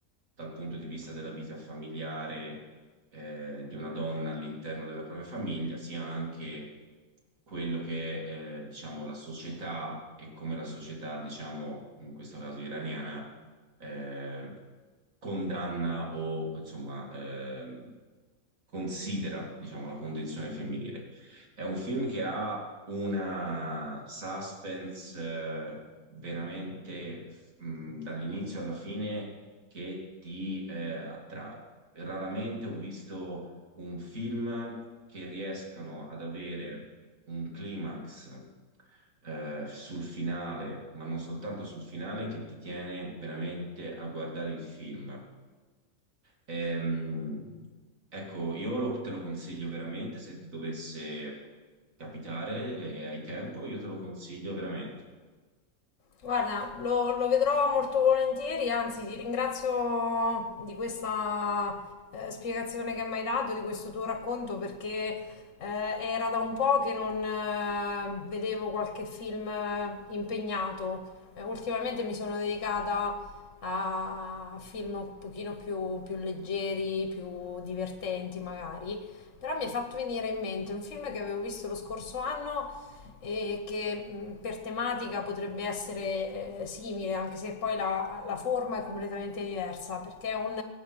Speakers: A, on the right; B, on the left.
A: dal punto di vista della vita familiare, eh, di una donna all'interno della propria famiglia, sia anche quello che è, eh, diciamo, la società e come la società, diciamo, in questo caso iraniana, eh, condanna o, insomma, eh, considera, diciamo, la condizione femminile. È un film che ha una suspense eh, veramente mh, dall'inizio alla fine che ti eh, attrae. Raramente ho visto un film che riescano ad avere un climax eh, sul finale, ma non soltanto sul finale, che ti tiene veramente a guardare il film. Ehm, ecco, io lo- te lo consiglio veramente se ti dovesse capitare e hai tempo, io te lo consiglio veramente.
B: Guarda, lo, lo vedrò molto volentieri, anzi ti ringrazio di questa eh, spiegazione che mi hai dato, di questo tuo racconto, perché eh, era da un po' che non eh, vedevo qualche film eh, impegnato. Eh, ultimamente mi sono dedicata a film un pochino più, più leggeri, più divertenti magari, però mi è fatto venire in mente un film che avevo visto lo scorso anno e che mh, per tematica potrebbe essere eh, simile, anche se poi la, la forma è completamente diversa, perché è un,